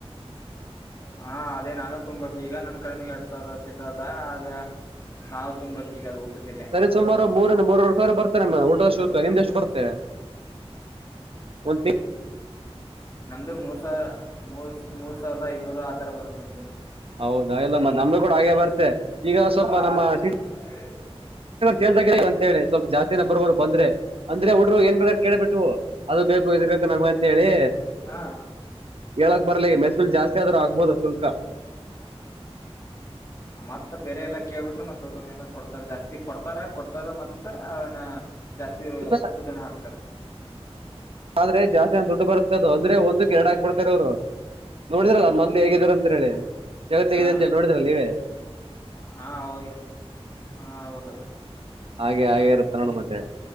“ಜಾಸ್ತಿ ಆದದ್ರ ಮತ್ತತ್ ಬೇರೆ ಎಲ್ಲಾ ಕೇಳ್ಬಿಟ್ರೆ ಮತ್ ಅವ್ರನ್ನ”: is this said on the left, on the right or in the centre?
Left